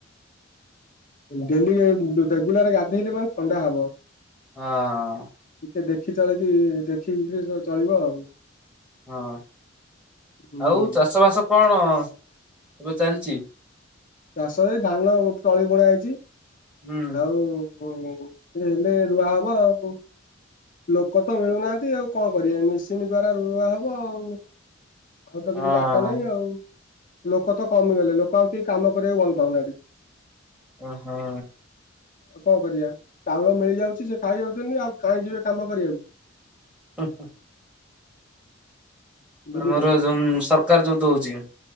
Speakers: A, on the left; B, in the centre.
A: ଡେଲି ରେଗୁଲାର ଗାଧେଇଲି ମାନେ ଥଣ୍ଡା ହବ।
B: ହଁ।
A: ଟିକେ ଦେଖି ଚଳିକି ଦେଖିକିରି ଚଳିବ ଆଉ।
B: ହଁ
A: ହୁଁ
B: ଆଉ ଚାଷ ବାସ କଣ ଏବେ ଚାଲିଛି?
A: ଚାଷ ହେ ଧାନ ତଳି ବୁଣା ହେଇଛି
B: ହୁଁ
A: ଆଉ ହେଲେ ରୁଆ ହବ ଆଉ ଲୋକ ତ ମିଳୁନାହାନ୍ତି ଆଉ। କଣ କରିବା ମେସିନ୍ ଦ୍ଵାରା ରୁଆ ହବ ଆଉ ଆଉ ତ
B: ହଁ
A: କିଛି ବାଟ ନାହିଁ ଆଉ। ଲୋକ ତ କମିଗଲେ ଲୋକ ଆଉ କେହି କାମ କରିବାକୁ ଭଲ ପାଉନାହାନ୍ତି।
B: ଓ ହଁ।
A: ଆଉ କଣ କରିବା ଚାଉଳ ମିଳିଯାଉଛି ସେ ଖାଇଯାଉଛନ୍ତି ଆଉ କାହିଁ ଯିବେ କାମ କରିବାକୁ?
B: ହୁଁ।
A: ବୁଝିଲେ
B: ଆମର ଯୋଉ ସରକାର ଯୋଉ ଦଉଛି।